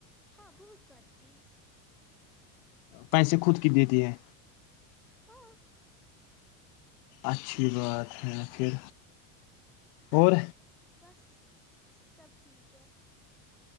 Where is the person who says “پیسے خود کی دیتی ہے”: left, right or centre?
Left